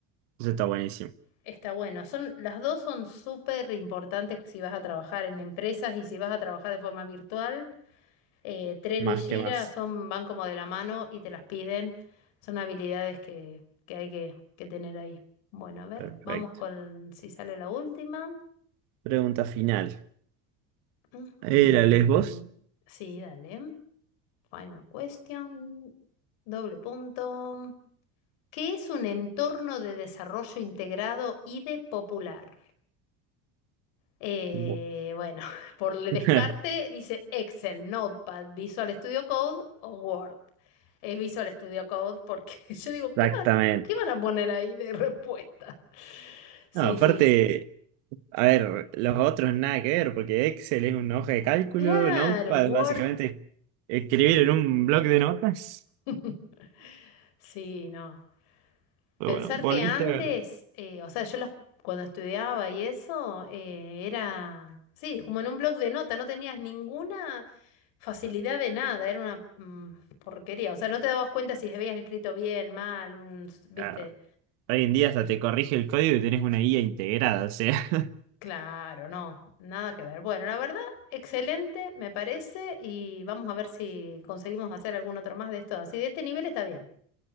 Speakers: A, on the right; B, on the left.
A: eso está buenísimo,
B: Está bueno. Son, las dos son súper importantes si vas a trabajar en empresas y si vas a trabajar de forma virtual. Eh, Trello
A: más
B: y Jira
A: que más.
B: son, van como de la mano y te las piden. Son habilidades que, que hay que, que tener ahí. Bueno, a ver,
A: Perfecto.
B: vamos con si sale la última.
A: Pregunta final.
B: Ujú.
A: ¿Era Lesbos?
B: Sí, dale. Final question, doble punto. ¿Qué es un entorno de desarrollo integrado y de popular? Eh,
A: Bu-
B: bueno, <laughs> por el
A: <laughs>
B: descarte dice Excel, Notepad, Visual Studio Code o Word. Es Visual Studio Code porque <laughs> yo digo,
A: Exactamente.
B: ¿qué van, qué van a poner ahí de respuesta? Sí,
A: No, aparte...
B: sí.
A: A ver, los otros nada que ver, porque Excel es una hoja de cálculo,
B: Claro,
A: Notepad
B: Word.
A: básicamente escribir en un bloc de notas.
B: <laughs> Sí, no.
A: Pero
B: Pensar
A: bueno, volviste
B: que antes,
A: a ganar.
B: eh, o sea, yo los, cuando estudiaba y eso, eh, era, sí, como en un blog de nota, no tenías ninguna facilidad de nada, era una mm, porquería, o sea, no te dabas cuenta si habías escrito bien, mal, un, viste,
A: Ah, Hoy en día hasta te corrige el código y tenés una guía integrada, o sea. <laughs>
B: claro, no, nada que ver. Bueno, la verdad, excelente, me parece, y vamos a ver si conseguimos hacer algún otro más de estos, así de este nivel está bien.